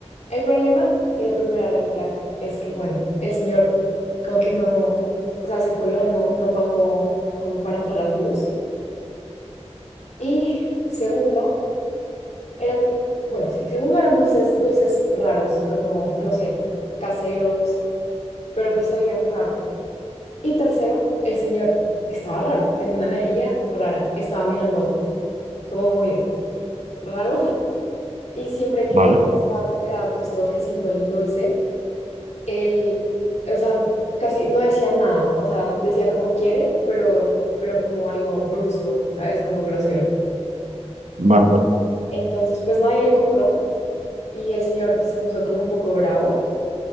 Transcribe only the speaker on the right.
vale,
vale, vale.